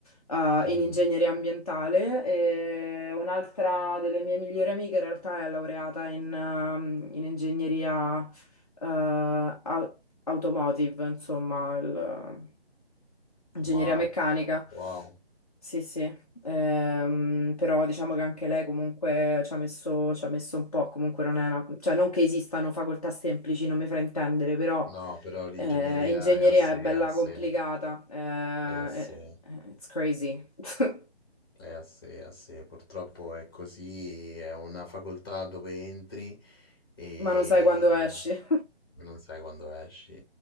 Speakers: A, on the left; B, on the left.
A: eh,
B: Mhm.
A: in ingegneria ambientale e un'altra delle mie migliori amiche in realtà è laureata in, ehm, in ingegneria, eh, au- automotive, insomma, il- Ingegneria
B: Ma,
A: meccanica,
B: wow.
A: sì, sì, Ehm, però diciamo che anche lei comunque ci ha messo, ci ha messo un po', comunque non è una, cioè non che esistano facoltà semplici, non mi fraintendere, però
B: No, però l'ingegneria
A: eh, ingegneria
B: è a sé,
A: è bella
B: è a sé,
A: complicata, Eh,
B: è a sé,
A: eh, it's crazy, <laughs>
B: è a sé, è a sé. Purtroppo è così, è una facoltà dove entri e
A: ma non sai quando esci.
B: non sai quando esci.